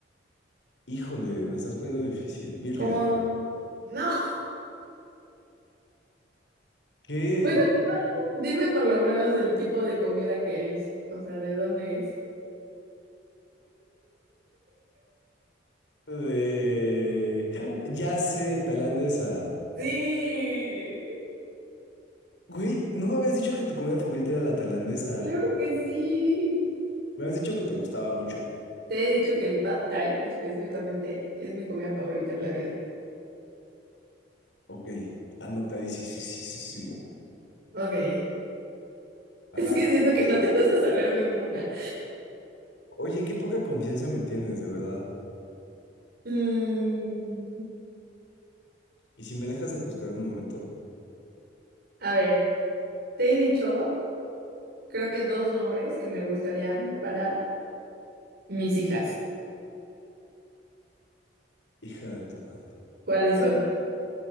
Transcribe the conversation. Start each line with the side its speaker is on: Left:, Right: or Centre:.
Left: Híjole, me la estás poniendo difícil, birria.
Right: Como... No. <laughs>
Left: ¿Qué
Right: Bueno, dime por lo menos el tipo de comida que es, o sea, de dónde es.
Left: de... <gasps> Ya sé, tailandesa.
Right: Sí,
Left: Güey, no me habías dicho que tu comida favorita era la tailandesa.
Right: claro que sí.
Left: Me habías dicho que te gustaba mucho.
Right: Te he dicho que el pad thai específicamente es mi comida favorita en la vida.
Left: Ok, anotadísimo.
Right: Ok, <laughs>
Left: Ajá.
Right: es que siento que no te vas a saber ninguna.
Left: Oye, qué poca confianza me tienes, de verdad.
Right: Mm,
Left: Y si me dejas de juzgar un momento,
Right: a ver, te he dicho, creo que dos nombres que me gustarían para mis hijas.
Left: hija de tu madre.
Right: ¿Cuáles son?